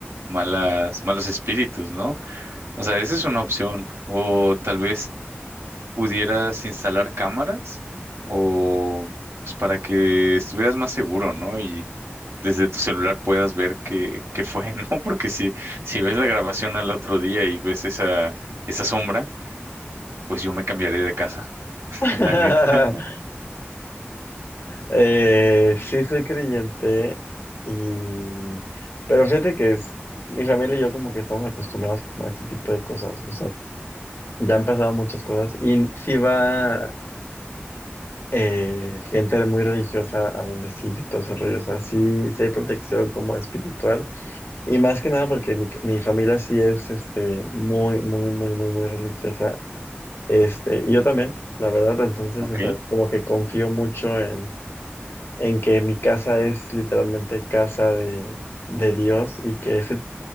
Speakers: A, on the right (about 80°); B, on the left (about 65°).
A: malas, malos espíritus, ¿no? O sea, esa es una opción. O tal vez pudieras instalar cámaras o pues para que estuvieras más seguro, ¿no? Y desde tu celular puedas ver qué, qué fue, <laughs> ¿no? Porque si, si ves la grabación al otro día y ves esa, esa sombra, pues yo me cambiaré de casa, <laughs>
B: <laughs>
A: la neta.
B: Eh, sí soy creyente y... Pero fíjate que es... Mi familia y yo como que estamos acostumbrados como a este tipo de cosas. O sea, Ya han pasado muchas cosas y sí va eh, gente muy religiosa a bendecir y todo ese rollo. O sea, sí, sí hay protección como espiritual y más que nada porque mi, mi familia sí es este, muy, muy, muy, muy, muy religiosa. Este, y yo también, la verdad. Entonces,
A: Ok.
B: o sea, como que confío mucho en, en que mi casa es literalmente casa de, de Dios y que ese,